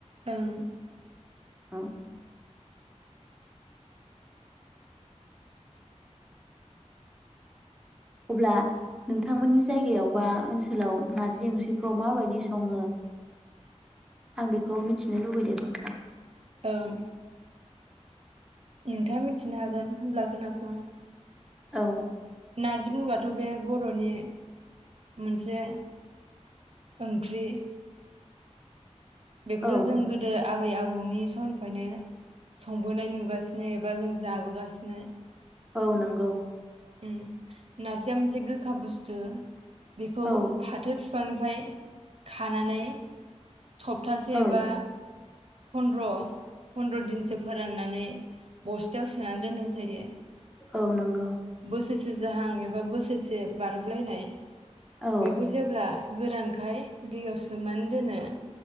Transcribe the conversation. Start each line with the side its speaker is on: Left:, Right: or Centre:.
Right: ओं
Centre: औ अब्ला नोंथांमोननि जायगायाव बा ओनसोलाव नारजि ओंख्रिखौ माबायदि सङो आं बेखौ मिथिनो लुबैदों नोंथां
Right: ओं नोंथाङा मिथिनो हागोन होनब्ला खोनासं
Centre: औ
Right: नारजि बुंबाथ' बे बर'नि मोनसे ओं ख्रि बेखौथ'
Centre: औ
Right: जों गोदो आबै आबौनि समनिफ्रायनो संबोनाय नुगासिनो एबा जों जाबोगासिनो।
Centre: औ नोंगौ।
Right: उम नारजिया मोनसे गोखा बुस्थु। बेखौ
Centre: औ
Right: फाथो बिफांनिफ्राय खानानै सप्तासे
Centre: औ
Right: एबा फन्द्र फन्द्र दिनसो फोराननानै बस्थायाव सोनानै दोननाय जायो
Centre: औ नंगौ
Right: बोसोरसे जाहां एबा बोसोरसे से बारगलायनाय
Centre: औ
Right: बेखौ जेब्ला गोरानखाय दैयाव सोमनानै दोनो।